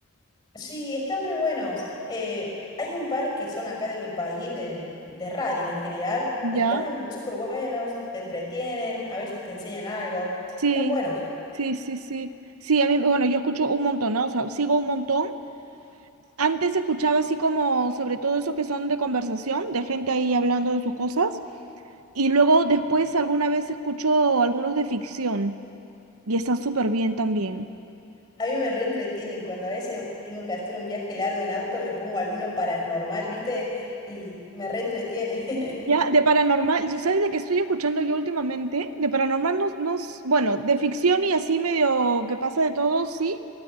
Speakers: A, on the left (about 20°); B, on the right (about 85°).
A: Sí, están re buenos. Eh, hay un par que son acá de mi país, de, de radios en general.
B: ¿Ya?
A: Están súper buenos, te entretienen, a veces te enseñan algo.
B: Sí,
A: Están buenos.
B: sí, sí, sí. Sí, a mí, bueno, yo escucho un montón, ¿no? O sea, sigo un montón. Antes escuchaba así como sobre todo esos que son de conversación, de gente ahí hablando de sus cosas. Y luego después alguna vez escucho algunos de ficción y están súper bien también.
A: A mí me reentretienen cuando a veces tengo que hacer un viaje largo en auto, me pongo alguno paranormal, viste, y me reentretiene.
B: Ya,
A: <laughs>
B: de paranormal, yo- ¿sabes de qué estoy escuchando yo últimamente? De paranormal no, no, s- bueno, de ficción y así medio que pasa de todo, sí,